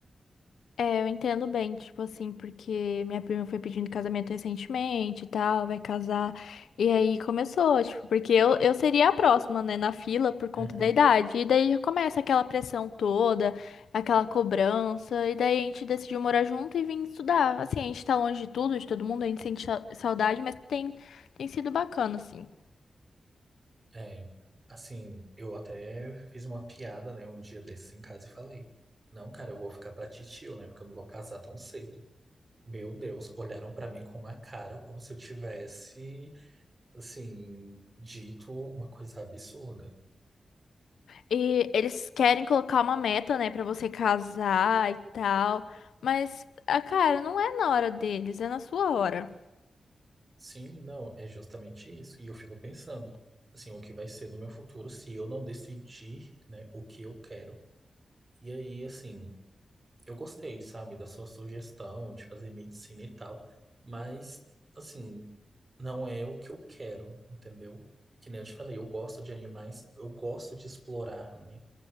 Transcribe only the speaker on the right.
Uhum.
É, assim, eu até fiz uma piada, né, um dia desses em casa e falei: Não, cara, eu vou ficar pra titio, né, porque eu não vou casar tão cedo. Meu Deus, olharam pra mim com uma cara como se eu tivesse, assim, dito uma coisa absurda.
Sim, não, é justamente isso. E eu fico pensando, assim, o que vai ser do meu futuro se eu não decidir, né, o que eu quero. E aí, assim, eu gostei, sabe, da sua sugestão de fazer medicina e tal, mas, assim, não é o que eu quero, entendeu? Que nem eu te falei, eu gosto de animais, eu gosto de explorar, né,